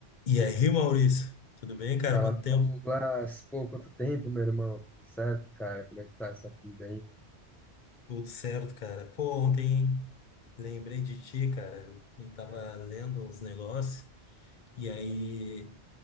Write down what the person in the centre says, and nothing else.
Fala,
Douglas.
Pô, quanto tempo, meu irmão? Tudo certo, cara? Como é que tá essa vida aí?
Hum.